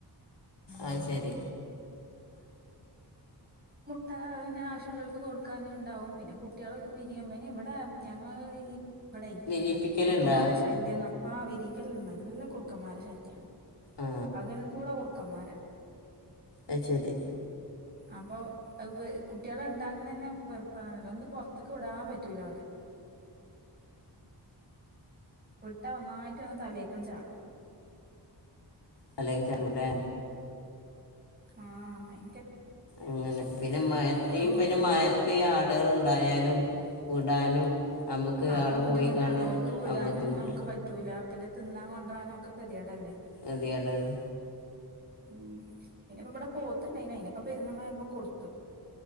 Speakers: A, on the left; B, on the right.
A: അത് ശെരി
B: ട്ട പിന്നെ ആവശ്യോള്ളോലിക്ക് കൊടുക്കാന് ഇണ്ടാവും പിന്നെ കുട്ടികള് വിരിയും പിന്നെ ഇവടെ ഞങ്ങള് ഈ ഇവടെ
A: വിരിയിപ്പിക്കലുണ്ടോ
B: പിന്നെ ന്ന കുറുക്കൻമാരെ ശല്യംന്ന് ആ വിരിക്കല് നല്ല കുറുക്കന്മാരെ ശല്ല്യാണ്
A: ആ
B: പകലും കൂടെ കുറുക്കന്മാരാ
A: അയ് ശെരി
B: അപ്പൊ കുട്ട്യോളെ ഇണ്ടാക്കണേന് വെറുപ്പാണല്ലോ ഒന്ന് പൊറത്തക്ക് വിടാൻ പറ്റൂല ഓലെ വിട്ട ഒന്നായിട്ട് വന്ന് തലേക്കങ്ങ് ചാടും
A: തലയിൽ കേറൂലെ
B: ആ ഭയ്
A: അങ്ങനെ പിന്നെ മഴ
B: ഉണ്ട്
A: പിന്നെ മഴത്തൊക്കെ ഈ ആടുകള് ഇണ്ടായാലും വിടാനും നമുക്ക്
B: അപ്പൊ
A: അവിടെ
B: ബുദ്ധിമുട്ടാണ്
A: പോയി കണ്ട്
B: ഓല്ക്ക് വിടാനും
A: ബുദ്ധിമുട്ട്
B: നമ്മുക്ക് പറ്റൂല പിന്നെ തിന്നാൻ കൊണ്ടാ രാനും ഒക്കെ ഗതികേടല്ലേ
A: കേതിടാണ് ആണ്
B: ഉം പിന്നെ ഇപ്പ ഇവടെ പോത്തിണ്ടായിന് അയിനിപ്പ പെരുന്നാളായപ്പോ കൊടുത്തു